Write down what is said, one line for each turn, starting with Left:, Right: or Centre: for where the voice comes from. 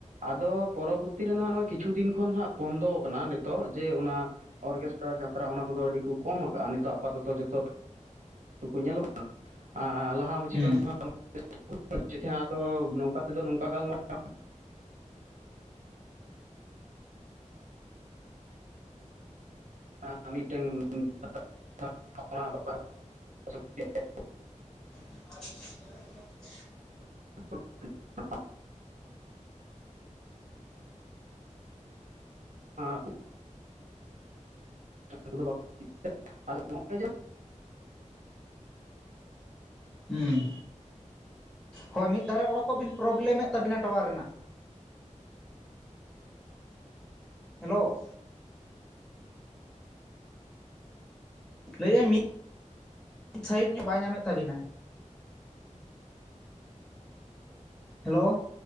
Right: ᱟᱫᱚ ᱯᱚᱨᱚᱵᱚᱨᱛᱤ ᱨᱮᱱᱟᱜ ᱠᱤᱪᱷᱩ ᱫᱤᱱ ᱠᱷᱚᱱ ᱦᱟᱸᱜ ᱵᱚᱱᱫᱚ ᱟᱠᱟᱱᱟ ᱱᱤᱛᱚᱜ ᱡᱮ ᱚᱱᱟᱼᱼ ᱚᱨᱜᱮᱥᱴᱨᱟ ᱡᱟᱛᱨᱟ ᱚᱱᱟ ᱠᱚᱫᱚ ᱟᱹᱰᱤ ᱠᱚ ᱠᱚᱢ ᱟᱠᱟᱜ-ᱟ ᱱᱤᱛᱚᱜ ᱟᱯᱟᱛᱚᱛᱚ ᱡᱚᱛᱚᱼᱼ ᱠᱚᱠᱩ ᱧᱮᱞᱚᱜ-ᱟ ᱟᱨ ᱞᱟᱦᱟ ᱢᱟᱪᱷᱤ
Centre: ᱦᱩᱸ
Right: ᱫᱚ ᱱᱷᱟᱜ <unintelligible> ᱛᱚ ᱱᱚᱝᱠᱟ ᱛᱮᱫᱚ ᱱᱚᱝᱠᱟ ᱜᱟᱞᱢᱟᱨᱟᱣ <unintelligible> <unintelligible> <unintelligible> ᱢᱤᱫᱴᱟᱹᱝ <unintelligible> ᱥᱚᱠ <unintelligible>
Centre: <unintelligible>
Right: <unintelligible> ᱟᱸ ᱠᱩ <unintelligible> ᱱᱚᱜ-ᱚᱭ ᱡᱮᱼᱼ
Centre: ᱦᱩᱸ ᱦᱳᱭ ᱢᱤᱫ ᱫᱷᱟᱨᱮ ᱚᱰᱳᱠᱚᱜ ᱵᱤᱱ ᱯᱨᱚᱵᱞᱮᱢᱮᱫ ᱛᱟᱵᱤᱱᱟᱭ ᱴᱟᱣᱟᱨ ᱨᱮᱱᱟᱜ᱾ ᱦᱮᱞᱳ ᱞᱟᱹᱭᱮᱫᱟᱹᱧ ᱢᱤᱫ ᱥᱟᱭᱤᱰ ᱧᱚᱜ ᱵᱟᱭ ᱧᱟᱢᱮᱫ ᱛᱟᱹᱵᱤᱱᱟᱭ᱾ ᱦᱮᱞᱳ